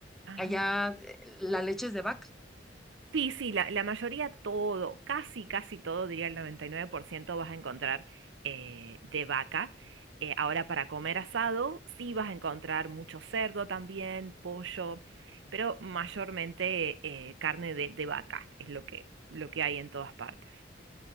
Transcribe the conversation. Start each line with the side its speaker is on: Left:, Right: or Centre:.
Right: ah,
Centre: allá eh, la leche es de vaca.
Right: Sí, sí, la, la mayoría todo, casi, casi todo, diría el 99%, vas a encontrar eh, de vaca. Eh, ahora para comer asado, sí vas a encontrar mucho cerdo también, pollo, pero mayormente eh, carne de, de vaca es lo que, lo que hay en todas partes.